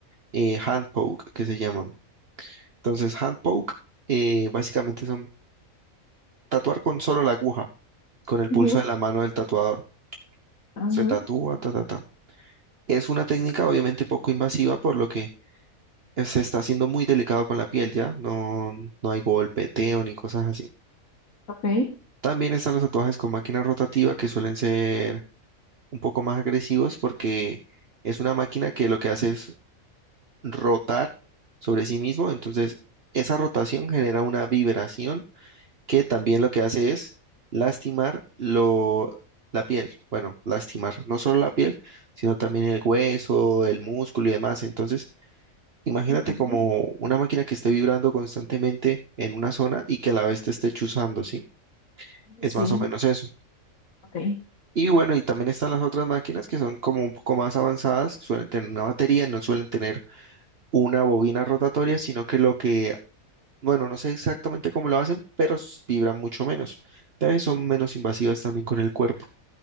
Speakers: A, on the right; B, on the left.
A: eh, hand poke, que se llaman. Entonces, hand poke eh, básicamente son tatuar con solo la aguja, con el
B: ujú,
A: pulso de la mano del tatuador.
B: ajá,
A: Se tatúa, ta, ta, ta. Es una técnica obviamente poco invasiva, por lo que eh, se está haciendo muy delicado con la piel, ¿ya? No, no hay golpeteo ni cosas así.
B: ok.
A: También están los tatuajes con máquina rotativa que suelen ser un poco más agresivos porque es una máquina que lo que hace es rotar sobre sí mismo. Entonces, esa rotación genera una vibración que también lo que hace es lastimar lo, la piel. Bueno, lastimar no solo la piel, sino también el hueso, el músculo y demás. Entonces, imagínate
B: Ujú,
A: como una máquina que esté vibrando constantemente en una zona y que a la vez te esté chuzando, ¿sí? Es
B: Sí,
A: más o menos eso.
B: ok.
A: Y bueno, y también están las otras máquinas que son como un poco más avanzadas, que suelen tener una batería, no suelen tener una bobina rotatoria, sino que lo que, bueno, no sé exactamente cómo lo hacen, pero s- vibran mucho menos. Entonces son menos invasivas también con el cuerpo,